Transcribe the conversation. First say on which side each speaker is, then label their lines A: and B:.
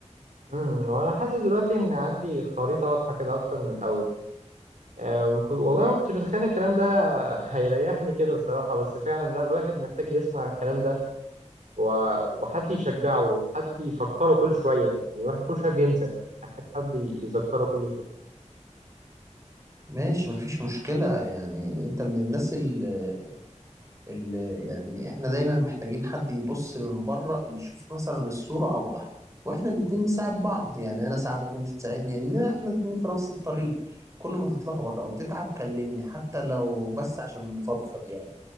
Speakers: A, on the right (about 80°); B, on the right (about 25°).
A: امم وأنا حاسس دلوقتي إن عندي خريطة واضحة كده أكتر من الأول أه ما كنت- والله ما كنتش متخيل الكلام ده <laughs> هيريحني كده الصراحة بس فعلا لا الواحد محتاج يسمع الكلام ده و... وحد يشجعه وحد يفكره كل شوية يعني الواحد كل شوية بينسى محتاج حد يذكره كل شوية
B: ماشي مفيش مشكلة يعني انت من الناس اللي, اللي يعني احنا دايما محتاجين حد يبص من بره يشوف مثلا الصورة اوضح واحنا الاتنين نساعد بعض يعني انا اساعدك وانت تساعدني ان احنا الاتنين في نفس الطريق كل ما تتلخبط او تتعب كلمني حتى لو بس عشان نفضفض يعني